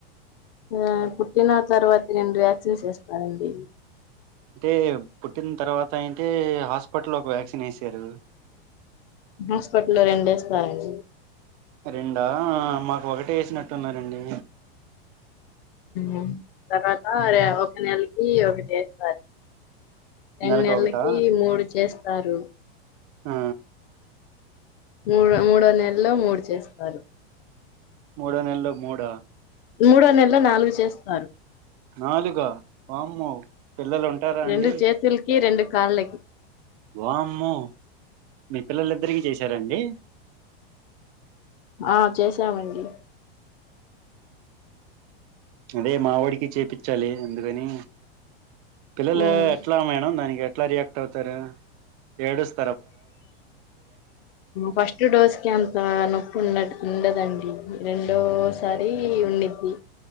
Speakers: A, on the left; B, on the right.
A: ఆ పుట్టిన తర్వాత నేను రెండు వ్యాక్సిన్స్ వేస్తారండి
B: అంటే పుట్టిన తర్వాత అంటే హాస్పిటల్ ఒక వ్యాక్సిన్ వేసారు
A: హాస్పిటల్ల్లో రెండు వేస్తారండి
B: రెండా మాకు ఒకటే వేసినట్టున్నారండి
A: ఆ తర్వాత ఒక నెలకి ఒకే ఈశ్వర్ రెండు
B: నెలకు
A: నెలలకి
B: ఒకటా
A: మూడు చేస్త సారు
B: ఆ
A: మూడో మూడో నెలలో మూడు చేస్తారు
B: మూడ నెలు మూడ
A: మూడో నెలలో నాలుగు చేస్తారు
B: నాలుగ వామ్మో పిల్లలు ఉంటారా
A: రెండు
B: అండి
A: చేతులకి రెండు కాళ్ళకి
B: వామ్మె మీ పిల్లలు ఇద్దరికి చేశారండి
A: ఆ చేసామండి
B: అదే మా వాడికి చేపించ్చాలి ఎందుకని పిల్లలు
A: ఉమ్.
B: ఎట్ల మేడం దానికే ఎట్లా రియాక్ట్ అవుతారు ఎడు స్త్
A: ఫస్ట్ డోస్ కి అంత నొప్పి ఉండ ఉండదండి రెండోసారి ఉండిద్ది